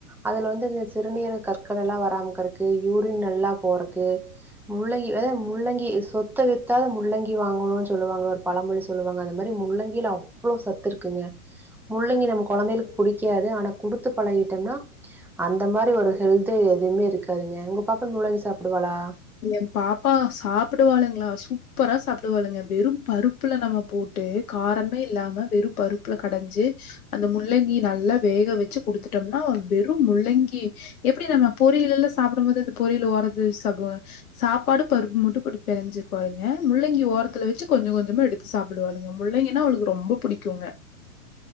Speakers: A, in the centre; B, on the left.
A: அதுல வந்து சிறுநீர் கற்கள் எல்லா வராமக்கிறதுக்கு யூரின் நல்லா போறக்கு முள்ளங்கி அதாவது முள்ளங்கி சொத்த வித்தாது முள்ளங்கி வாங்கோனோனு சொல்லுவாங்கல்ல பழமொழி சொல்லுவாங்க அந்த மாரி முள்ளங்கில அவ்ளோ சத்து இருக்குங்க முள்ளங்கி நம்ம கொழந்தைகளுக்கு புடிக்காது ஆனா குடுத்து பழகிட்டோம்னா அந்த மாரி ஒரு ஹெல்து எதுவுமே இருக்காதுங்க உங்க பாப்பா முள்ளங்கி சாப்பிடுவாளா
B: ஏ பாப்பா சாப்பிடுவளுங்களா சூப்பரா சாப்பிடுவளுங்க வெறு பருப்புல நம்ம போட்டு காரமே இல்லாம வெறு பருப்புல கடைஞ்சு அந்த முள்ளங்கி நல்லா வேக வெச்சு குடுத்துட்டோம்னா வெறு முள்ளங்கி எப்டி நம்ம பொரியல் எல்லா சாப்பிடு போது இந்த பொரியல் ஓறதுல வேச் சாப்புடுவோ சாப்பாடு பருப்பு மட்டு போட்டு பெனஞ்சுக்குவளுங்க முள்ளங்கி ஓரத்துல வெச்சு கொஞ்சோ கொஞ்சோமா எடுத்து சாப்பிடுவாளுங்க முள்ளங்கினா அவளுக்கு ரொம்ப புடிக்குங்க